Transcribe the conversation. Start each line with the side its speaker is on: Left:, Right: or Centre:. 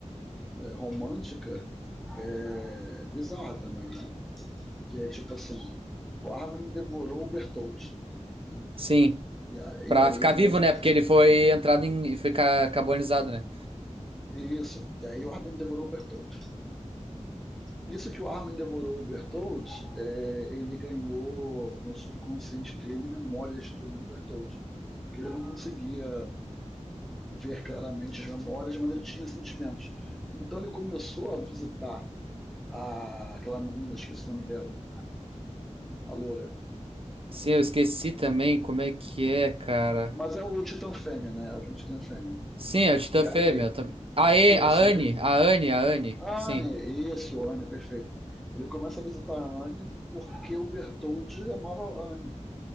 Centre: é, romântica é, bizarra também, né? Que é tipo assim, o Armin devorou o Bertolt, né?
Right: Sim.
Centre: E, a- e
Right: Pra
Centre: aí
Right: ficar
Centre: ele
Right: vivo,
Centre: ganha
Right: né?
Centre: isso,
Right: Porque ele foi entrado em. Ficar carbonizado, né?
Centre: isso. E aí o Armin devorou o Bertolt. Nisso que o Armin devorou o Bertolds, é, ele ganhou no subconsciente dele memórias do Bertolds, que ele não conseguia ver claramente as memórias, mas ele tinha sentimentos. Então ele começou a visitar a, aquela menina, esqueci o nome dela, a loura.
Right: Sim, eu esqueci também como é que é, cara.
Centre: Mas é o Titã Fêmea, né? Ela tem o Titã Fêmea.
Right: Sim, é o Titã
Centre: Que
Right: Fêmea.
Centre: aí,
Right: Também. A, e,
Centre: isso,
Right: a Anne,
Centre: ele,
Right: a Anne, a Anne.
Centre: Anne,
Right: Sim.
Centre: isso, Anne, perfeito. Ele começa a visitar a Anne porque o Bertoldi amava a Anne.